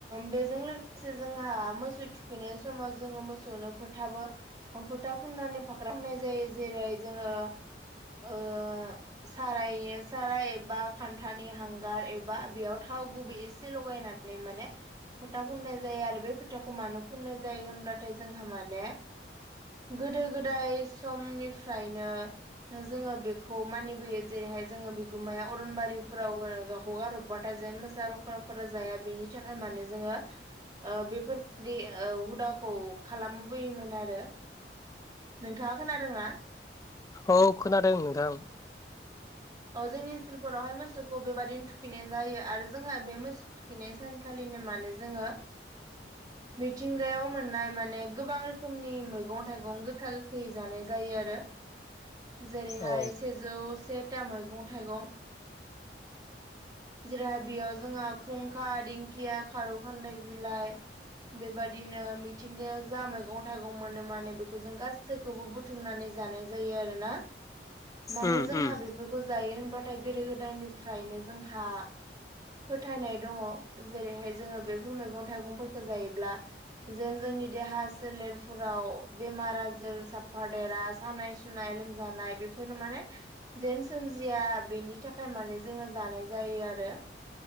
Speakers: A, on the right; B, on the left.
A: बेजों लोगोसे जोंहा मोसौ थुखैनाय समाव जोङो मोसौनो फोथाबो फुथा फुननानै फाख्रामनाय जायो जेरै जोङो ओ साराइ साराय एबा खान्थानि हांगार एबा बेयाव थाव थाव गुबै एसे लगायनानै माने फोथा फुननाय जायो आरो बे फोथाखौ मानो फुननाय जायो होनब्लाथाय जोंहा माने गोदो गोदाय समनिफ्रायनो जोङो बेखौ मानिबोयो जेरैहाय जोङो बिगुमाया अरनबारिफोराव हगार हरबाथाय जेन मोसा लख्राफोरा जाया बेनि थाखाय माने जोङो ओ बेफोरबादि हुदाखौ खालामबोयोमोन आरो। नोंथाङा खोनादोंना
B: औ खोनादों नोंथां।
A: औ जोंनि ओनसोलफोरावहाय मोसौखौ बेबादिनो थुखैनाय जायो आरो जोंहा बे मोसौ थुखैनाय सानखालि बिदिनो माने जोङो। मिथिंगायाव मोननाय माने गोबां रोखोमनि मैगं थाइगं गोखा गोखै जानाय जायो आरो। जेरैहाय
B: औ
A: सेजौ सेथा मैगं थाइगं। जेराव बेयाव जोंहा खुंखा दिंखिया खारौ खान्दाय बिलाइ। बेबादिनो मिथिंगायाव जा मैगं थाइगं मोनो माने बेखौ जों गासैखौबो बुथुमनानै। जानाय जायो आरोना मानो
B: उम
A: जोंहा
B: उम
A: बेफोरखौ जायो होनबाथाय गोदो गोदायनि। फ्रायनो जोंहा। फोथायनाय दङ जेरैहाय जोङो बेफोर मैगं थाइगंफोरखौ जायोब्ला जेन जों। जोंनि देहा सोलेरफोराव बेमार आजार साफादेरा सानाय सुनाय लोमजानाय। बेफोर माने जेन सोमिया बेनि थाखाय माने। जोङो जानाय जायो आरो।